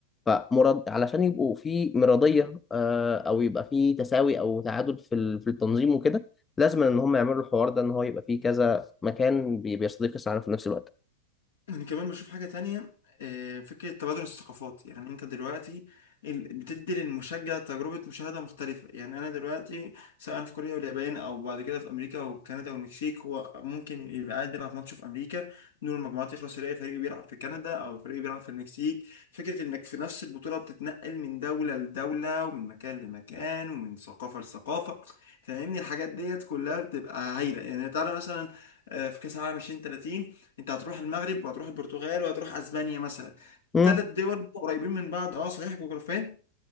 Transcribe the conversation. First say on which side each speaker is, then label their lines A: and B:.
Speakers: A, on the left (about 20°); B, on the left (about 75°).
A: فمرض علشان يبقوا في مرضية آه، أو يبقى في تساوي أو تعادل في ال- في التنظيم وكده لازم إن هم يعملوا الحوار ده إن هو يبقى فيه كذا مكان بي- بيستضيف كأس العالم في نفس الوقت.
B: انا كمان بشوف حاجه تانية آه، فكره تبادل الثقافات يعني انت دلوقتي ال- بتدي للمشجع تجربه مشاهده مختلفه يعني انا دلوقتي سواء في كوريا واليابان او بعد كده في امريكا وكندا والمكسيك هو ممكن يبقى قاعد بيلعب ماتش في امريكا دور المجموعات يخلص يلاقي فريق بيلعب في كندا او فريق بيلعب في المكسيك فكره انك في نفس البطوله بتتنقل من دوله لدوله ومن مكان لمكان ومن ثقافه لثقافه فاهمني الحاجات ديت كلها بتبقى هايله يعني تعالى مثلا آه، في كاس العالم 2030 انت هتروح المغرب وهتروح البرتغال وهتروح اسبانيا مثلا
A: امم
B: ثلاث دول قريبين من بعض اه صحيح جغرافيا